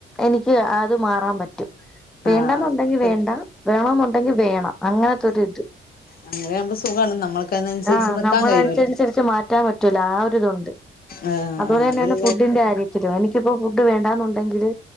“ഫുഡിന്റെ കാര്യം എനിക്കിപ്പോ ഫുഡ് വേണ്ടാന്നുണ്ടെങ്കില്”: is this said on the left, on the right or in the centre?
Centre